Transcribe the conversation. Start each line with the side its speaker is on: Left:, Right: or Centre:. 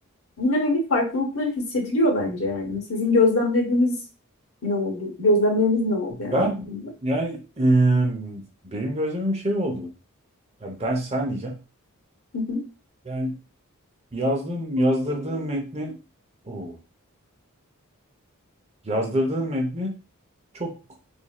Left: yine hani farklılıkları hissediliyor bence yani. Sizin gözlemlediğiniz ne oldu? Gözlemleriniz ne oldu yani?
Right: Ben
Left: bu konuda?
Right: yani ım, benim gözlemim şey oldu. Ya ben sen diyeceğim.
Left: Hı hı,
Right: Yani yazdığım yazdırdığım metni o yazdırdığım metni çok